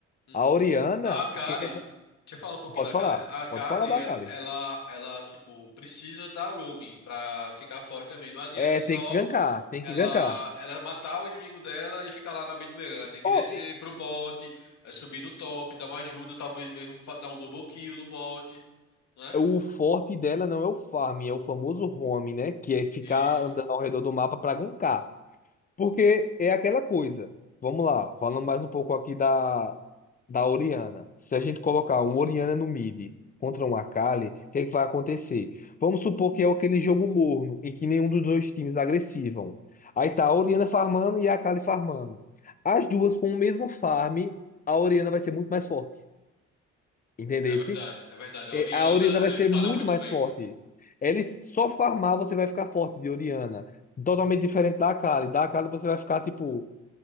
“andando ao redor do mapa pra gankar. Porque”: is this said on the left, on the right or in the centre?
Left